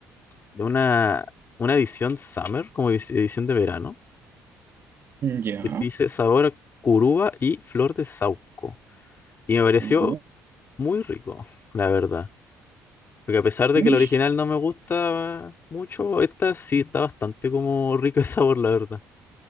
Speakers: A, on the left; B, on the right.
A: de una, una edición summer, como edi- edición de verano,
B: Ya,
A: que dice sabor a curuba y flor de saúco. Y me pareció
B: Kuru,
A: muy rico, la verdad. Porque a pesar de
B: Mish,
A: que el original no me gusta mucho, esta sí está bastante como rica de sabor, la verdad.